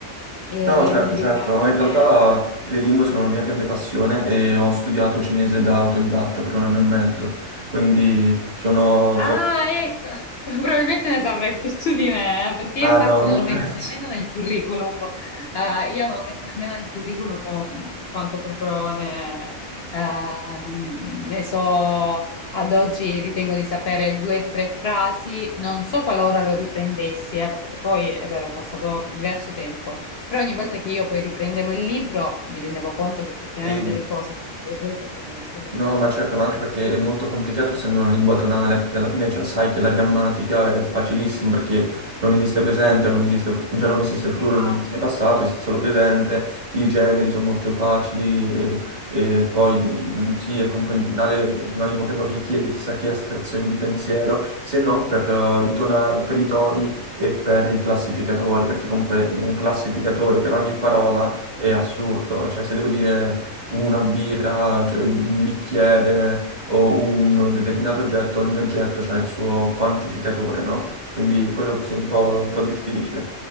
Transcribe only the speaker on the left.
eh,
gli ideogrammi.
eh,
Ah,
ecco, <laughs> probabilmente ne saprai più tu di me, eh, perché
io infatti
non lo metto
nemmeno nel curriculum, Eh, io non lo metto nemmeno nel curriculum mh, quanto proprio ne, eh, ne so, ad oggi ritengo di sapere due o tre frasi, non so qualora lo riprendessi, eh, perché poi è vero, è passato diverso tempo, però ogni volta che io poi riprendevo il libro mi rendevo conto che effettivamente
le cose le hai prese e te le te le
ricordi.
Esatto.